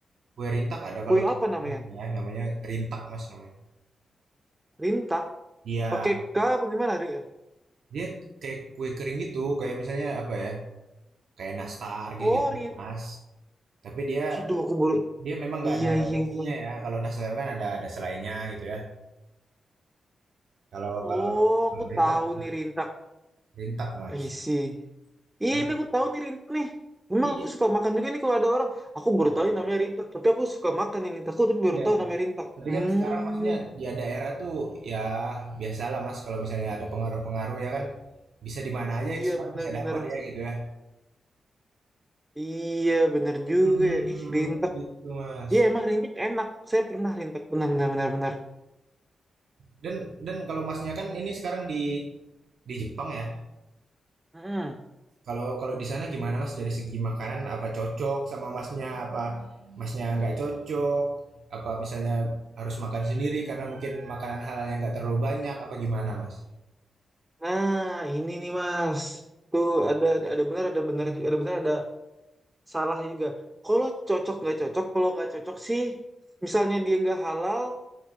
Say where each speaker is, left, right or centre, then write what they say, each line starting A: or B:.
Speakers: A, on the right; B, on the right.
A: Kue rintak ada kalau
B: Kue
A: itu
B: apa namanya?
A: ya, namanya rintak Mas namanya.
B: Rintak?
A: Iya,
B: Pakai K apa gimana? Ri-
A: dia kayak kue kering gitu, kayak misalnya apa ya? Kayak nastar
B: Oh,
A: gitu
B: ri...
A: mas, tapi dia
B: Aduh, aku baru.
A: dia memang nggak
B: Iya,
A: ada
B: iya,
A: isinya
B: iya.
A: ya, kalau nastar kan ada ada selainya gitu ya. Kalau
B: Oh,
A: kalau kalau
B: aku
A: nggak
B: tahu nih Rintak.
A: rintak, Mas.
B: I see. Iya,
A: Tapi
B: ini aku tahu nih Rintak nih. Memang
A: dia,
B: aku suka makan juga nih kalau ada orang. Aku baru tahu ini namanya Rintak, tapi aku suka makan ini Rintak. Aku tapi baru
A: iya,
B: tahu namanya Rintak.
A: tapi
B: Hmm,
A: kan sekarang maksudnya ya daerah tuh ya biasalah, Mas, kalau misalnya ada pengaruh-pengaruh ya kan, bisa di mana aja
B: iya
A: sekarang
B: benar-benar.
A: bisa dapet ya gitu ya.
B: Iya, benar juga
A: Hmm
B: ya. Ih, Rintak.
A: gitu, Mas.
B: Iya, emang Rintak enak. Saya pernah Rintak, benar-benar benar-benar.
A: Dan dan kalau Masnya kan ini sekarang di di Jepang ya?
B: Hmm.
A: Kalau kalau di sana gimana Mas dari segi makanan apa cocok sama Masnya apa Masnya nggak cocok apa misalnya harus makan sendiri karena mungkin makanan halal yang nggak terlalu banyak apa gimana Mas?
B: Nah, ini nih Mas. Tuh ada ada ada benar ada benar juga ada benar ada salahnya juga. Kalau cocok nggak cocok, kalau nggak cocok sih, misalnya dia nggak halal,